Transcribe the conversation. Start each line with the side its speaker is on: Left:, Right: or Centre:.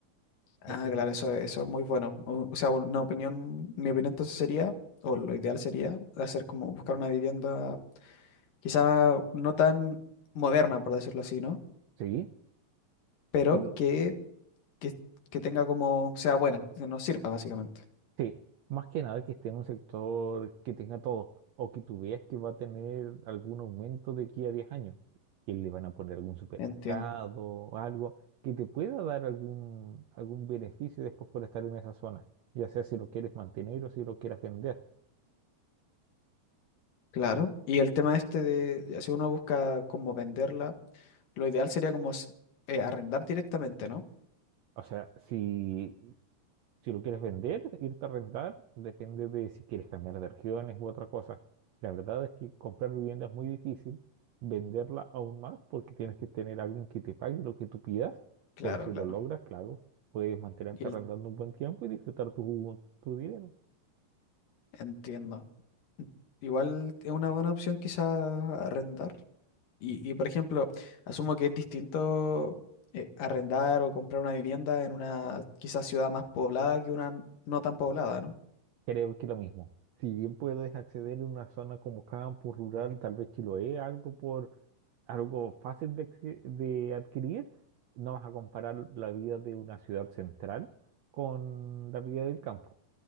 Left: Ah,
Right: Es como,
Left: claro, eso, eso es muy bueno. O, o sea, una opinión, mi opinión entonces sería, o lo ideal sería, hacer como buscar una vivienda quizá no tan moderna, por decirlo así, ¿no?
Right: sí,
Left: Pero
Right: y
Left: que, que, que tenga como, sea buena, que nos sirva básicamente.
Right: sí, más que nada que esté en un sector que tenga todo, o que tú veas que va a tener algún aumento de aquí a 10 años, que le van a poner algún supermercado
Left: Entiendo.
Right: o algo que te pueda dar algún, algún beneficio después por estar en esa zona, ya sea si lo quieres mantener o si lo quieres vender.
Left: Claro. Y el tema este de, si uno busca como venderla, lo ideal sería como s- eh, arrendar directamente, ¿no?
Right: O sea, si Si lo quieres vender, irte a rentar, depende de si quieres cambiar de regiones u otra cosa. La verdad es que comprar vivienda es muy difícil, venderla aún más porque tienes que tener a alguien que te pague lo que tú pidas,
Left: Claro,
Right: pero si
Left: claro.
Right: lo logras, claro, puedes mantenerte
Left: Y el,
Right: arrendando un buen tiempo y disfrutar tu, tu dinero.
Left: entiendo. Igual es una buena opción quizá arrendar. Y, y, por ejemplo, asumo que es distinto eh, arrendar o comprar una vivienda en una quizás ciudad más poblada que una no tan poblada, ¿no?
Right: Creo que lo mismo. Si bien puedes acceder a una zona como campo rural, tal vez Chiloé, algo por algo fácil de, acce- de adquirir, no vas a comparar la vida de una ciudad central con la vida del campo,